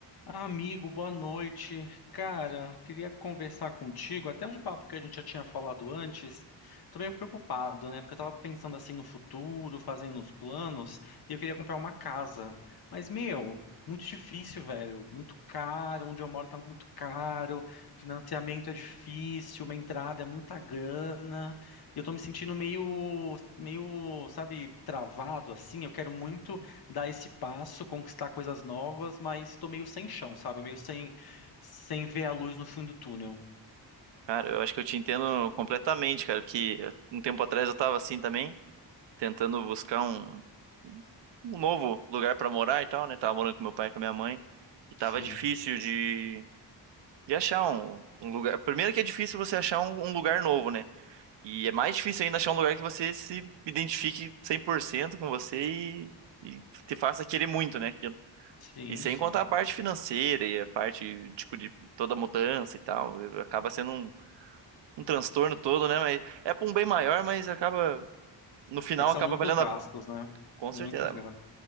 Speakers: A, on the left; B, on the right.
A: Amigo, boa noite. Cara, queria conversar contigo, até um papo que a gente já tinha falado antes. Tô meio preocupado, né? Porque eu tava pensando assim no futuro, fazendo os planos, e eu queria comprar uma casa. Mas, meu, muito difícil, velho. Muito caro, onde eu moro tá muito caro, financiamento é difícil, uma entrada é muita grana. E eu tô me sentindo meio, meio, sabe, travado assim. Eu quero muito dar esse passo, conquistar coisas novas, mas tô meio sem chão, sabe? Meio sem, sem ver a luz no fim do túnel.
B: Cara, eu acho que eu te entendo completamente, cara, que um tempo atrás eu tava assim também, tentando buscar um, um novo lugar pra morar e tal, né? Tava morando com meu pai e com a minha mãe, e tava
A: Sim,
B: difícil de, de achar um, um lugar. Primeiro que é difícil você achar um, um lugar novo, né? E é mais difícil ainda achar um lugar que você se identifique 100% com você e, e te faça querer muito, né? aquilo.
A: sim,
B: E sem
A: sim.
B: contar a parte financeira e a parte, tipo, de toda mudança e tal, acaba sendo um um transtorno todo, né? Mas é pra um bem maior, mas acaba, no final
A: É que
B: acaba
A: são muitos
B: valendo
A: gastos,
B: a...
A: né?
B: Com
A: Muitos
B: certeza.
A: gastos.